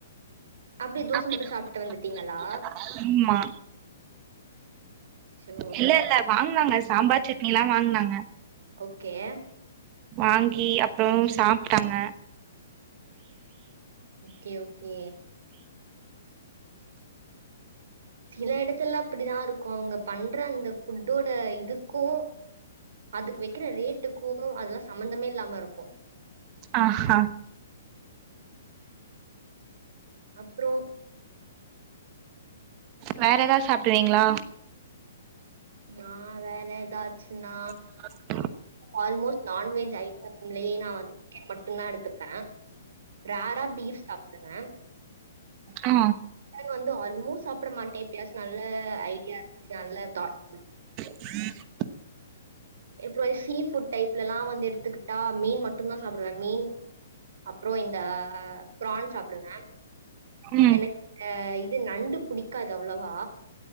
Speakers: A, on the right; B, on the right.
A: அப்படியே தோசை
B: அப்டியே
A: மட்டும்
B: தோச மட்டு
A: வந்துட்டீங்களா?
B: சாப்ட்டு வன்டிங்ளா
A: அச்சோ!
B: இல்ல இல்ல வாங்னாங்க சாம்பார் சட்னிலா வாங்னாங்க
A: ஓக்கே
B: வாங்கி அப்றோ சாப்ட்டாங்க
A: ஓக்கே ஓக்கே சில எடத்துல்லா அப்டிதா இருக்கும் அவுங்க பண்ற அந்த ஃபுட்டோட இதுக்கோ அதுக்கு வெக்கிற ரேட்டுக்கு அதுலா சம்மந்தமே இல்லாம இருக்கு
B: ஆ ஹா
A: அப்றோ
B: வேற எதாது சாப்டுவிங்ளா
A: நா வேற எதாச்சுனா
B: ஆ
A: ஆல்மோஸ்ட் நான்வெஜ் ஐட்டம்லயே நா வந்து சிக்கன் மட்டுந்தா எடுத்துப்பே ரேர்ரா பீஃப் சாப்புடுவ
B: ஆ
A: <unintelligible> வந்து ஆல்மோஸ் சாப்புட மாட்டே எப்பயாச்சு நல்ல ஐடியா நல்ல தாட்
B: உம்
A: எப்புமே சீ ஃபுட் டைப்லலா வந்து எடுத்துக்கிட்டா மீன் மட்டுந்தா சாப்புடுவ மீன் அப்றோ இந்த பிரான் சாப்புடுவ
B: ம்
A: எனக் கு இது நண்டு புடிக்காது அவ்ளவா